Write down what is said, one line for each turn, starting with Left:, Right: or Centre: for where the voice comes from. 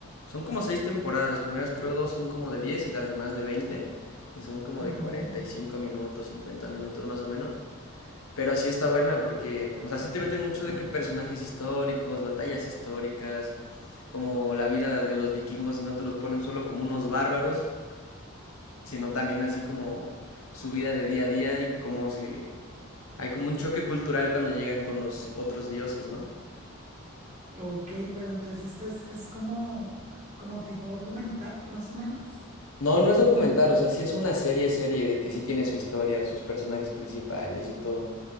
Left: son como seis temporadas. Las primeras creo dos son como de 10 y las demás de veinte Y son como
Right: Ajá.
Left: de cuarenta y cinco minutos, 50 minutos más o menos. Pero sí está buena porque, o sea, sí te meten mucho de que personajes históricos, batallas históricas, como la vida de los vikingos y no te los ponen solo como unos bárbaros, sino también así como su vida de día a día y cómo se... Hay como un choque cultural cuando llegan con los otros dioses, ¿no?
Right: Ok, pero entonces esta es, es como, como tipo documental, más o menos.
Left: No,
Right: O.
Left: no es documental, o sea, sí es una serie, serie de que sí tiene su historia, sus personajes principales y todo.